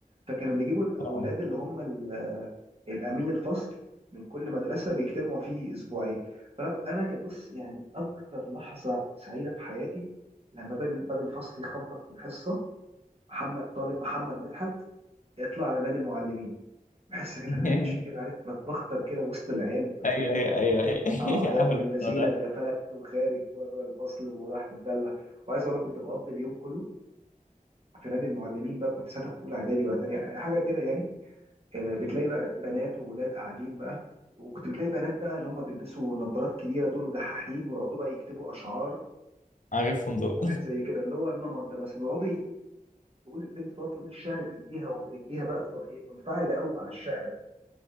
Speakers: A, on the right (about 40°); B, on the left (about 60°).
A: فكانوا بيجيبوا الاولاد
B: اه
A: اللي هم ال- الامين الفصل من كل مدرسه بيجتمعوا فيه اسبوعين فانا انا كانت بص يعني اكتر لحظه سعيده في حياتي لما باب باب الفصل يخبط في الحصه محمد طالب محمد مدحت يطلع على نادي المعلمين بحس كده
B: <laughs>
A: إن انا ماشي كده عارف بتبختر كده وسط العيال
B: ايوه
A: كلهم
B: ايوه ايوه ايوه
A: اه يا
B: <laughs> عارف
A: ابن
B: الموضوع
A: اللذينه
B: ده
A: اللي فلت وخارج بره الفصل وراح تتدلع وعايز اقول لك كنت بقضي اليوم كله في نادي المعلمين بقى كنت ساعتها في اولى اعدادي ولا تانية آه، حاجه كده يعني آه، بتلاقي بقى بنات وولاد قاعدين بقى وكنت بتلاقي بنات بقى اللي هم بيلبسوا نظارات كبيره دول ودحاحين ويقعدوا بقى يكتبوا اشعار
B: عارفهم دول
A: حاجات زي كده اللي هو النمط ده مثلا ويقعدوا ي- تقول البنت تقعد تقول الشعر بايديها وبرجليها بقى بتبقى إيه، منفعله قوي مع الشعر